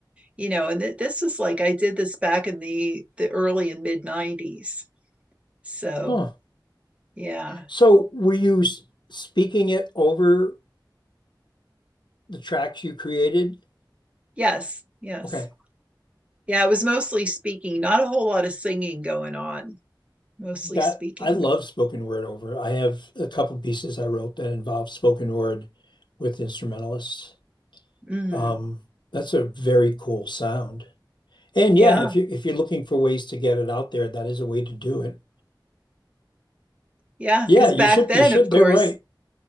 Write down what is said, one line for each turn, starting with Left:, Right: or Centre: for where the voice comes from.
Right: you know and th- this is like i did this back in the the early and mid 90s so
Left: Huh.
Right: yeah
Left: So were you s- speaking it over the tracks you created?
Right: yes yes
Left: Okay.
Right: yeah it was mostly speaking not a whole lot of singing going on mostly
Left: That
Right: speaking
Left: I love spoken word over. I have a couple pieces I wrote that involve spoken word with instrumentalists.
Right: hmm
Left: Um, that's a very cool sound. And
Right: yeah
Left: yeah, if you if you're looking for ways to get it out there, that is a way to do it.
Right: yeah
Left: Yeah,
Right: because
Left: you
Right: back
Left: should
Right: then
Left: you should.
Right: of course
Left: They're right.